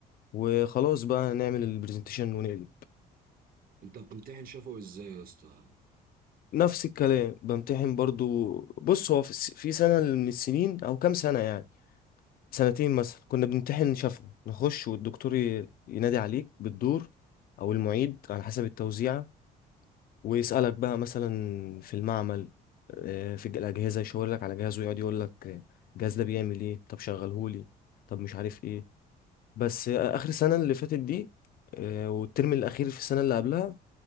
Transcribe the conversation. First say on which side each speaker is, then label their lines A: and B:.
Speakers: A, on the left; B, on the right.
A: وخلاص بقى نعمل البرزنتيشن ونقلب
B: انت بتمتحن شفوي ازاي يا اسطى
A: نفس الكلام بمتحن برضو بص هو في الس- في سنة من السنين أو كام سنة يعني سنتين مثلا كنا بنمتحن شفوي نخش والدكتور ي- ينادي عليك بالدور أو المعيد على حسب التوزيعة ويسألك بقى مثلا في المعمل آه، في الج- الأجهزة يشاور لك على جهاز ويقعد يقول لك آه، الجهاز ده بيعمل إيه طب شغلهولي طب مش عارف إيه بس آه، آخر سنة اللي فاتت دي آه، والترم الأخير في السنة اللي قبلها